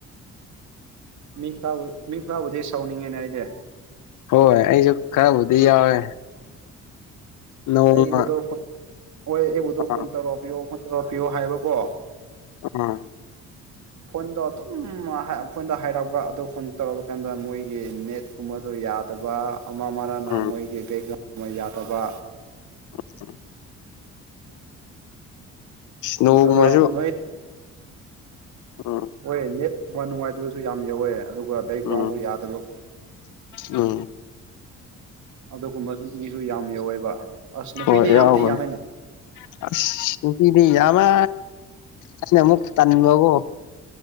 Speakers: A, on the right; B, on the left.
A: ꯃꯤ ꯈꯔꯕꯨ ꯃꯤ ꯈꯔꯕꯨꯗꯤ ꯁꯥꯎꯅꯤꯡꯉꯦꯅꯦ ꯑꯩꯗꯤ
B: ꯍꯣꯏ ꯑꯩꯁꯨ ꯈꯔꯕꯨꯗꯤ ꯌꯥꯎꯋꯦ ꯅꯣꯡꯃ
A: ꯑꯩꯕꯨꯗꯣ ꯐꯣꯟ ꯍꯣꯏ ꯑꯩꯕꯨꯗꯣ
B: ꯑꯥ
A: ꯐꯣꯟ ꯇꯧꯔꯛꯄꯤꯌꯣ ꯐꯣꯟ ꯇꯧꯔꯛꯄꯤꯌꯣ ꯍꯥꯏꯕꯀꯣ
B: ꯎꯝ
A: ꯐꯣꯟꯗꯣ ꯑꯗꯨꯝ ꯐꯣꯟꯗ ꯍꯥꯏꯔꯛꯑꯒ ꯑꯗꯨ ꯐꯣꯟ ꯇꯧꯔꯛꯄ ꯀꯥꯟꯗ ꯃꯣꯏꯒꯤ ꯅꯦꯠ ꯀꯨꯝꯕꯗꯨ ꯌꯥꯗꯕ ꯑꯃ ꯑꯃꯔꯅ
B: ꯎꯝ
A: ꯃꯣꯏꯒꯤ ꯕꯦꯛꯒ꯭ꯔꯥꯎꯟꯒꯨꯝ ꯑꯃ ꯌꯥꯗꯕ
B: <unintelligible> ꯅꯣꯡꯃꯁꯨ
A: ꯑꯗꯨꯒ ꯅꯣꯏ
B: ꯎꯝ
A: ꯃꯣꯏ ꯅꯦꯠ ꯍꯣꯏ ꯅꯨꯡꯉꯥꯏꯇꯕꯁꯨ ꯌꯥꯝ ꯌꯧꯋꯦ ꯑꯗꯨꯒ ꯕꯦꯛꯒ꯭ꯔꯥꯎꯟꯗꯣ
B: ꯎꯝ
A: ꯌꯥꯗꯕ
B: ꯎꯝ
A: ꯑꯗꯨꯒꯨꯝꯕꯁꯨ ꯃꯤꯁꯨ ꯌꯥꯝ ꯌꯧꯋꯦꯕ ꯑꯁ ꯅꯨꯄꯤꯗꯤ
B: ꯍꯣꯏ ꯌꯧꯕꯅꯦ
A: ꯌꯥꯝꯗꯤ ꯌꯥꯝꯃꯦꯅꯦ
B: ꯑꯁ ꯅꯨꯄꯤꯗꯤ ꯌꯥꯝꯃꯦ ꯑꯁꯤꯅ ꯑꯃꯨꯛ ꯇꯥꯟꯕꯒꯣ